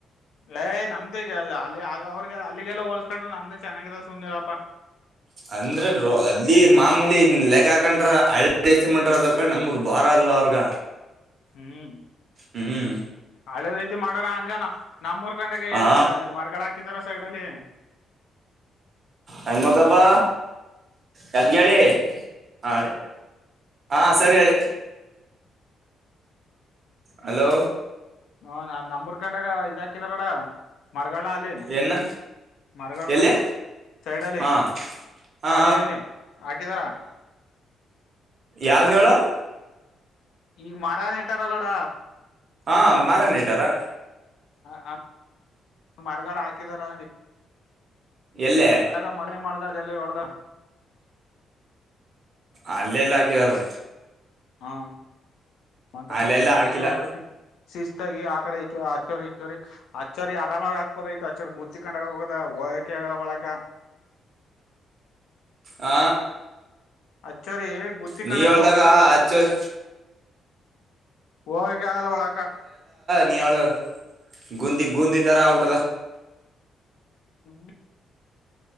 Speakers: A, on the left; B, on the right.
A: ಏಯ್ ನಮ್ದೇ ಅಲ್ಲಿ ಅವ್ರಗ ಅಲ್ಲಿಗೆಲ್ಲ ಹೋಲ್ಸ್ಕೊಂಡ್ರು ನಮ್ದೇ ಚೆನ್ನಾಗಿರ ಸುಮ್ನಿರಪ್ಪಾ
B: ಅಂದ್ರ ಅಲ್ಲಿ ಮಾಮೂಲಿ ಲೆಕ್ಕಾಕಂಡ್ರ ಹಳ್ಳ ದಷ್ಟ ಮಂಟ್ರ ಅದಕಳ ನಮರು ಬಾಳ ಬರಲ್ವಾ ಅವ್ರಗ
A: ಹ್ಮ್
B: ಹ್ಮ್
A: ಹಳದ್ ರೀತಿ ಮಾಡಾರ ಹಂಗಾನ ನಮ್ಮೂರ್ ಕಂಡಗ
B: ಹಾ
A: ಮರಗಳ ಹಾಕಿದಾರ ಸೈಡ್ಲ್ಲಿ
B: ಹನಮಂತಪ್ಪ ಯದಗ ಹೇಳಿ ಹಾ ಹೇಳಿ ಹಾ ಸರಿ ಹೇಳಿ ಹಲೋ
A: ಹ ನ ನಮ್ಮೂರ್ಕಂಡಾಗ ಇದ ಹಾಕಿದಾರಡ ಮಾರ್ಗಳ ಅಲ್ಲಿ
B: ಏನ
A: ಮಾರ್ಗಳನ
B: ಎಲ್ಲಿ
A: ಸೈಡ್ಲ್ಲಿ
B: ಹಾ ಹಾ
A: ಕಾಲಿಿಯರಿಲಿ ಹಾಕಿದಾರಾ
B: ಯಾವ್ನೋ ಹೇಳು
A: ಈಗ ಮಾರನ್ ಹೇಟಾರಲ್ಲಡ
B: ಹಾ ಮರ ನೆಟ್ ರಾ
A: ಹ ಮರಗಳು ಹಾಕಿದರಲ್ಲಿ
B: ಎಲ್ಲೇ
A: ಅದಲ್ಲ ಮರಳ ಮಾಡ್ದ ಅದೆ ಎಲ್ಲ ಒಳ್ದ
B: ಅಲ್ಲೇ ಇಲ್ಲ ಹಾಕಿದರು
A: ಹಾ ಮತ್ತಾ
B: ಅಲ್ಲೆಲ್ಲ
A: ನಮ್ಮ
B: ಹಾಕಿಲ್ಲ
A: ಊರಲ್ಲಿ ನೋಡಸ ಶಿಸ್ತ ಆಾಗಿ ಆ ಕಡೆ ಆಚ್ಚೋರಿ ಈಚ್ಚೋರಿ ಆಚ್ಚರಿ ಆರಾಮಾಗಿ ಆಗ್ಬೋದಐತತ್ ಆಚ್ಚರಿ ಗತ್ತಿ ಕೊಂಡ ಹೋಗದ ಬಳಕಗ ಒಳಕ
B: ಆ
A: ಅಚ್ಚರಿ ಗುತ್ತಿ
B: ನೀ
A: ಕೊಂಡಾಗ
B: ಹೇಳ್ದಾಗ
A: ಹೋಯ್ತೆ
B: ಆಚೂರ್
A: ೋಗಕ್ಕೆ ಆಾಗಲ್ಲ ಒಳಕ್ಕ
B: ನೀಳ ಗುಂದಿ ಗುಂದಿ ತರ ಆಟದ
A: ಹೂ